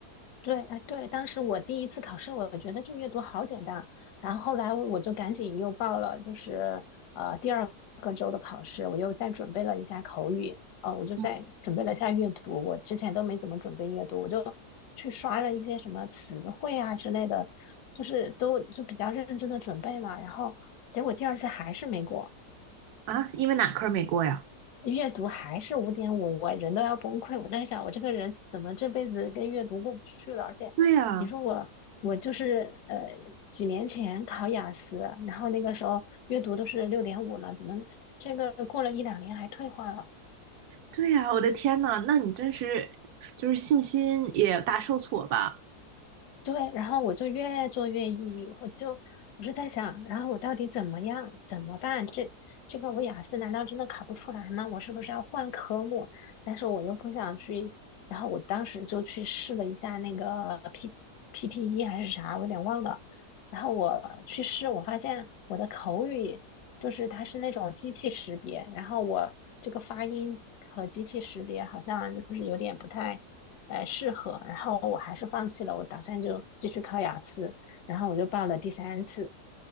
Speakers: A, on the left; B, on the right.
A: 对，哎，对，当时我第一次考试，我觉得这阅读好简单，然后后来我就赶紧又报了，就是呃第二个周的考试，我又再准备了一下口语，呃，我就再准备了一下阅读，
B: 嗯
A: 我之前都没怎么准备阅读，我就去刷了一些什么词汇啊之类的，就是都就比较认真的准备嘛，然后结果第二次还是没过。
B: 啊，因为哪科儿没过呀？
A: 阅读还是五点五，我人都要崩溃。我在想，我这个人怎么这辈子跟阅读过不去了？而且，
B: 对呀，
A: 你说我，我就是呃几年前考雅思，然后那个时候阅读都是六点五了，怎么这个过了一两年还退化了？
B: 对呀，我的天呐，那你真是就是信心也大受挫吧？
A: 对，然后我就越做越抑郁，我就我就在想，然后我到底怎么样，怎么办？这这个我雅思难道真的考不出来吗？我是不是要换科目？但是我又不想去，然后我当时就去试了一下那个 P PTE 还是啥，我有点忘了。然后我去试，我发现我的口语就是它是那种机器识别，然后我这个发音和机器识别好像就是有点不太。呃适合，然后我还是放弃了，我打算就继续考雅思，然后我就报了第三次，